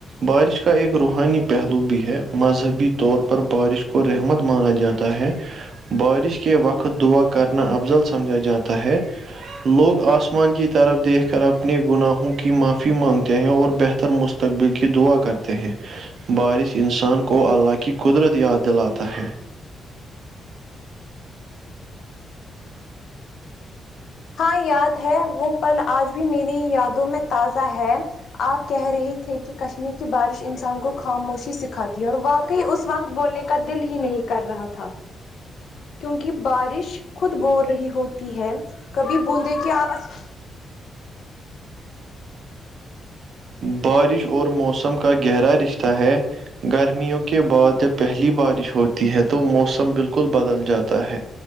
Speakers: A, on the right; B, on the left.
A: بارش کا ایک روحانی پہلو بھی ہے مذہبی طور پر بارش کو رحمت مانا جاتا ہے بارش کے وقت دعا کرنا افضل سمجھا جاتا ہے لوگ آسمان کی طرف دیکھ کر اپنے گناہوں کی معافی مانگتے ہیں اور بہتر مست تقبل کی دعا کرتے ہیں بارش انسان کو اللہ کی قدرت یاد دلاتا ہے
B: ہاں یاد ہے وہ پل آج بھی میری یادوں میں تازہ ہے آپ کہہ رہے تھے کہ کشمیر کی بارش انسان کو خاموشی سکھاتی ہے اور واقعی اس وقت بولنے کا دل ہی نہیں کر رہا تھا
A: <inaudible>
B: کیونکی بارش خود بور رہی ہوتی ہے کبھی بوندھیں کی آواز
A: بارش اور موسم کا گہرا رشتہ ہے گرمیوں کے بعد جب پہلی بارش ہوتی ہے تو موسم بالکل بدل جاتا ہے